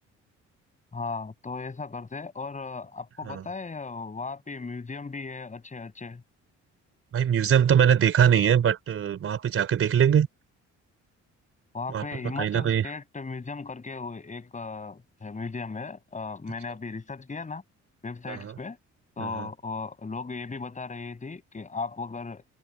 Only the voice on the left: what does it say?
हाँ तो ऐसा करते हैं और अ, आपको
पता है अ, वहाँ पे म्यूजियम भी है अच्छे अच्छे
वहाँ
पे
हिमाचल
स्टेट म्यूजियम करके वो एक अ, है, म्यूजियम है अ, मैंने
अभी रिसर्च किया ना वेबसाइट्स
पे तो
अ, लोग ये भी बता रहे थे कि आप अगर